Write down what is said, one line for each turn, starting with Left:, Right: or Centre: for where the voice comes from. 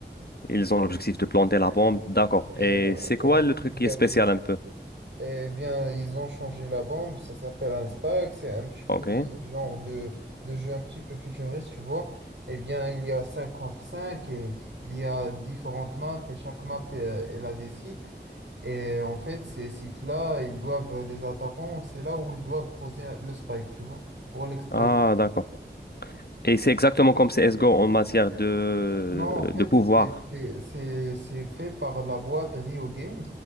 Left: Ils ont l'objectif de planter la bombe. D'accord.
Right: et,
Left: Et
Right: euh,
Left: c'est
Right: et
Left: quoi
Right: aussi,
Left: le truc
Right: il
Left: qui
Right: y
Left: est
Right: a
Left: spécial
Right: des,
Left: un peu?
Right: Eh bien, ils ont changé la bombe, ça s'appelle un SPAC, c'est un petit peu
Left: OK.
Right: un genre de, de jeu un petit peu futuriste, tu vois. Eh bien, il y a 5 contre 5 et il y a différentes maps et chaque map, euh, elle a des sites. Et en fait, ces sites-là, ils doivent, les attaquants, c'est là où ils doivent poser un- le spike, tu vois, pour l'exploser.
Left: Ah, d'accord. Et c'est exactement comme CSGO en matière de,
Right: Non, en fait,
Left: de pouvoir.
Right: c'est c'est- c'est- c'est fait par la boîte Rio Games